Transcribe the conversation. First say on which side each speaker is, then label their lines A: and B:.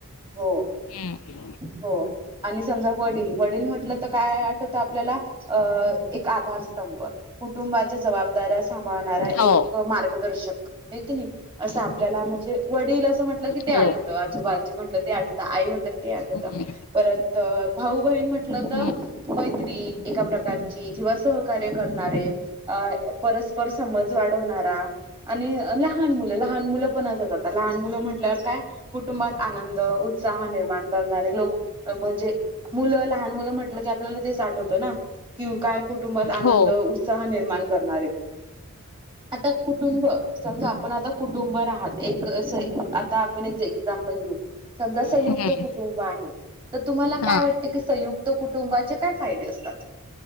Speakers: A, on the right; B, on the left.
A: हो
B: हम्म
A: हो आणि समजा वडील वडील म्हटलं तर काय आपल्याला एक आधार कुटुंबाच्या जबाबदाऱ्या सांभाळणारा
B: हो
A: एक मार्गदर्शक एक नाही असं आपल्याला म्हणजे वडील असं म्हटलं की ते
B: हो
A: आठवतं आजूबाज म्हटलं ते आठवत आई म्हटलं ते आठवत
B: हम्म
A: परत भाऊ बहीण म्हंटलं तर
B: हम्म
A: मैत्री एका प्रकारची किंवा सहकार्य करणारे अ परस्पर समज वाढवणारा आणि लहान मुलं लहान मुलं पण असत आता लहान मुलं म्हटल्यावर काय? कुटुंबात आनंद उत्साह निर्माण करणारे लोक म्हणजे मुलं लहान मुलं म्हंटलं की आपल्याला ते आठवतं ना कि काय कुटुंबात आनंद
B: हो
A: उत्साह निर्माण करणारे आता कुटुंब संघ आपण आता कुटुंब राहात एक आता आपण एक एक्झाम्पल घेऊ समजा संयुक्त
B: हम्म
A: कुटुंब आहे तर तुम्हाला काय
B: हा
A: वाट ते संयुक्त कुटुंबाचे काय फायदे असतात?